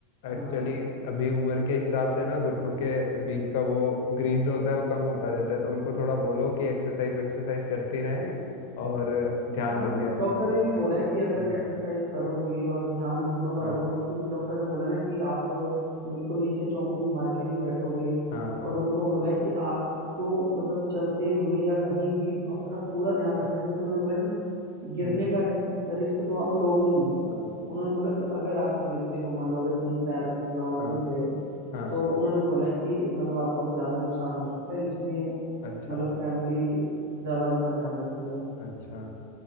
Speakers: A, on the left; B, on the right.
A: एक्चुअली
B: हाँ
A: अभी उम्र के हिसाब से ना घुटनों के बीच का वो ग्रीस जो होता है वो कम होता रहता है तो उनको थोड़ा बोलो कि एक्सरसाइज एक्सरसाइज करते रहें और ध्यान
B: हाँ
A: रखें अपना
B: डॉक्टर ने भी बोला है कि अगर
A: हम्म
B: एक्सरसाइज करोगे और ध्यान घुटनों का
A: हाँ
B: रखोगे क्योंकि डॉक्टर ने बोला ना कि आप बिल्कुल नीचे चौकड़ी मार के नहीं बैठोगे
A: हाँ
B: और उनको बोला है कि आपको मतलब चलते हुए या कहीं भी अपना पूरा ध्यान रखना है, क्योंकि उन्होंने बोला कि गिरने
A: हम्म
B: का रिस्क रिस्क तो आप लोगे ही नहीं
A: हाँ
B: उन्होंने बोला कि अगर आप गिरते हो मान लो अगर कहीं पैर फिसला और
A: हाँ
B: गिर गए
A: हाँ
B: तो उन्होंने बोला है कि मतलब आपको ज़्यादा नुकसान हो सकता है इसलिए
A: अच्छा
B: मतलब फैमिली ज़्यादा उनका ध्यान रखती है
A: अच्छा